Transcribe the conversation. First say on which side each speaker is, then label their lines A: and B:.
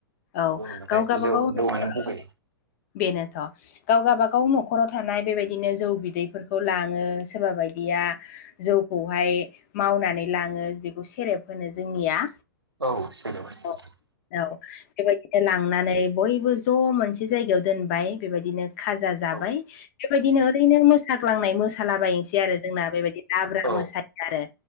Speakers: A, on the left (about 45°); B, on the right (about 85°).
A: औ
B: होनबाथाय
A: गाव गावबा
B: जौ
A: गाव <unintelligible>
B: जौआनो गुबै
A: बेनोथ' गाव गावबागाव न'खराव थानाय बेबायदिनो जौ बिदैफोरखौ लाङो सोरबा बायदिया जौखौहाय मावनानै लाङो बेखौ सेरेब होनो जोंनिया।
B: औ सेरेब होनो।
A: औ औ बेबायदिनो लांनानै बयबो ज' मोनसे जायगायाव दोनबाय बेबायदिनो खाजा जाबाय
B: औ
A: बेबायदिनो ओरैनो मोसाग्लांनाय मोसालाबायनोसै बेदि आरो जोंना बेबायदि लाब्रा
B: औ
A: मोसायो। आरो